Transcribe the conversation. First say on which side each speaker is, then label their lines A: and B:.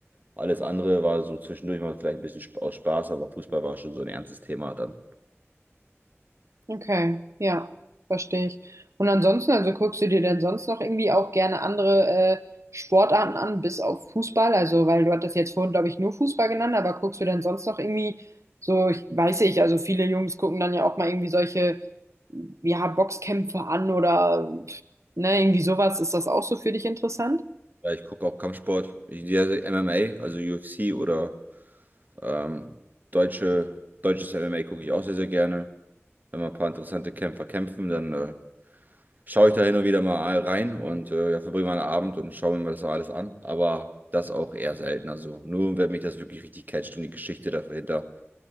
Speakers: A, on the right; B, on the right.
A: alles andere war so zwischendurch mal vielleicht ein bisschen sp- aus Spaß, aber Fußball war schon so ein ernstes Thema dann.
B: Okay, ja, verstehe ich. Und ansonsten, also guckst du dir denn sonst noch irgendwie auch gerne andere äh, Sportarten an, bis auf Fußball? Also, weil du hattest jetzt vorhin, glaube ich, nur Fußball genannt, aber guckst du denn sonst noch irgendwie so, ich weiß nicht, also viele Jungs gucken dann ja auch mal irgendwie solche, ja, Boxkämpfe an oder, ne, irgendwie sowas. Ist das auch so für dich interessant?
A: Ja, ich gucke auch Kampfsport, ich, ja, MMA, also UFC oder ähm, deutsche, deutsches MMA gucke ich auch sehr, sehr gerne. Wenn mal ein paar interessante Kämpfer kämpfen, dann äh, schaue ich da hin und wieder mal rein und äh, ja, verbringe mal einen Abend und schaue mir mal das so alles an. Aber das auch eher selten. Also nur, wenn mich das wirklich richtig catcht und die Geschichte dahinter